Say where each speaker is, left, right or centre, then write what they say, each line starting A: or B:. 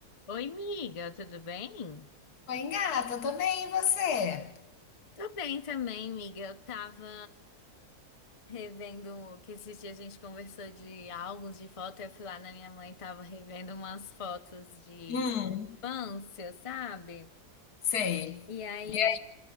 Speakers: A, on the left (about 30°); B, on the left (about 70°).
A: Oi, miga, tudo bem?
B: Oi, gata, tô bem, e você?
A: Tô bem também, miga. Eu tava revendo que esses dias a gente conversou de álbuns de foto. Eu fui lá na minha mãe e tava revendo umas fotos de
B: Hum,
A: infância, sabe?
B: sei.
A: E aí,
B: E